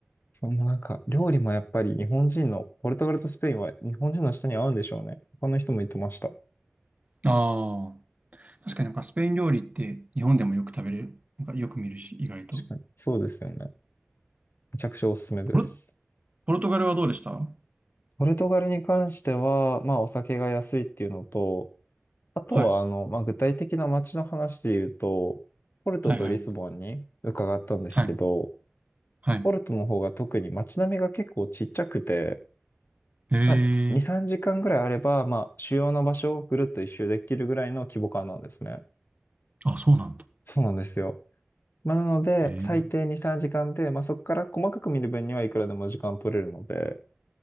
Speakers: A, on the left (about 60°); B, on the right (about 35°).
A: そのなんか、料理もやっぱり日本人の、ポルトガルとスペインは日本人の舌に合うんでしょうね。他の人も言ってました。
B: あ。確かになんかスペイン料理って日本でもよく食べれる、なんかよく見るし、意外と。
A: 確かに。そうですよね。めちゃくちゃおすすめです。
B: ポル、ポルトガルはどうでしたは
A: ポルトガルに関しては、まあ、お酒が安いっていうのと、あとは、
B: い、
A: あの、まあ、具体的な街の話で言うと、ポルトとリスボンに伺ったんですけど、
B: はい、はい、はい、はい。
A: ポルトの方が特に街並みが結構ちっちゃくて、
B: へ
A: まあ、2、
B: え、
A: 3時間ぐらいあれば、まあ、主要な場所をぐるっと一周できるぐらいの規模感なんですね。
B: あ、そうなんだ。
A: そうなんですよ。まあ、なので、
B: へえ、
A: 最低2、3時間で、まあ、そこから細かく見る分にはいくらでも時間取れるので、